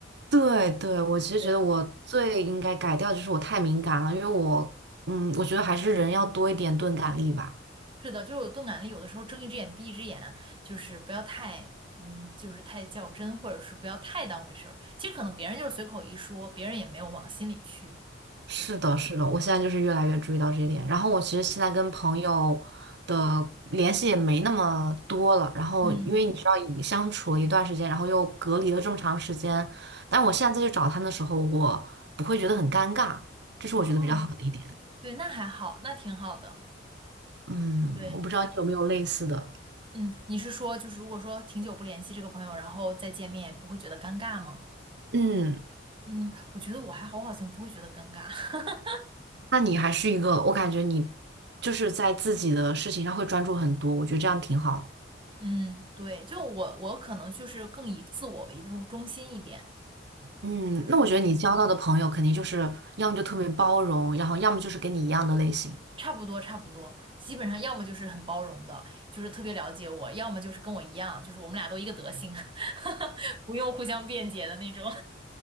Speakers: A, on the right; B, on the right.
A: 对对，我其实觉得我最应该改掉就是我太敏感了，
B: 对。
A: 因为我嗯，我觉得还是人要多一点钝感力吧。
B: 是的，就是有钝感力，有的时候睁一只眼闭一只眼，就是不要太，嗯，就是太较真，或者是不要太当回事儿。其实可能别人就是随口一说，别人也没有往心里去。
A: 是的，
B: 就是
A: 是的，我现在就是越来越注意到这一点。然后我其实现在跟朋友的联系也没那么多了。然后因为你知道，
B: 嗯，
A: 已相处了一段时间，然后又隔离了这么长时间，但我现在再去找他们的时候，我不会觉得很尴尬，这是我觉得比较好的一点。
B: 哦，对，那还好，那挺好的。
A: 嗯，
B: 对，
A: 我不知道你有没有类似的。
B: 嗯，你是说，就是如果说挺久不联系这个朋友，然后再见面，不会觉得尴尬吗？
A: 嗯，
B: 嗯，我觉得我还好，我好像不会觉得尴尬。<laughs>
A: 那你还是一个，我感觉你就是在自己的事情上会专注很多，我觉得这样挺好的
B: 嗯，对，就我我可能就是更以自我为中中心一点，
A: 嗯，
B: 就是
A: 那我觉得你交到的朋友肯定就是要么就特别包容，然后要么就是跟你一样的类型。
B: 差不多，差不多，基本上要么就是很包容的，就是特别了解我，要么就是跟我一样，就是我们俩都一个德行，<laughs> 不用互相辩解的那种。